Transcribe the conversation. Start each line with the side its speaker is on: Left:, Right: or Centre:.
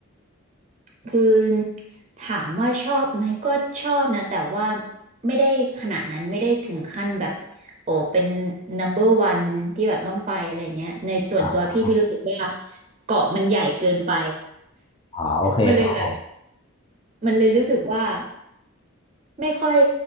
Right: คือถามว่าชอบไหมก็ชอบนะแต่ว่าไม่ได้ขนาดนั้นไม่ได้ถึงขั้นแบบโอ้เป็น number one ที่แบบต้องไปอะไรเงี้ยในส่วนตัวพี่พี่รู้สึกว่า
Left: อ่า
Right: เกาะมันใหญ่เกินไป
Left: อ่าโอเคครับผม
Right: มันเลยแบบมันเลยรู้สึกว่า ไม่ค่อย